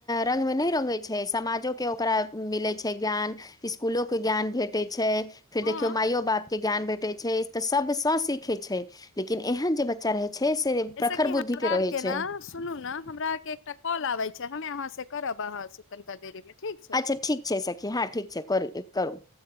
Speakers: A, on the left (about 15°); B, on the left (about 60°).
A: रंगमे नइ रंगगैत छैइ, समाजोके ओकरा मिलैत छैइ ज्ञान। स्कूलक के ज्ञान भेटैत छैय। फेर
B: हँ
A: देखियौ, माइयो बाप के ज्ञान भेटैत छैइ, तऽ सभ स सीखे छैइ, लेकिन एहन जे बच्चा चढै छै से,
B: जैसे
A: प्रखर
B: कि हमरा
A: बुद्धि के
B: आर
A: रहै
B: ने
A: छैय।
B: सुनू ने हमरा आर के एकटा कॉल आबे छै, हमे अहाँ से करब अहाँ से तनिका देरी मे। ठीक छै
A: अच्छा ठीक छैय सखी! हँ, ठीक छैइ, करू- करू।